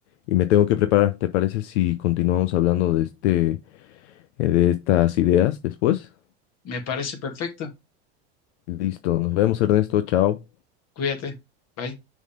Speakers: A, on the left; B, on the left.
A: y me tengo que preparar. ¿Te parece si continuamos hablando de este, eh, de estas ideas después?
B: Me parece perfecto.
A: Listo, nos vemos, Ernesto, chao.
B: Cuídate. Bye.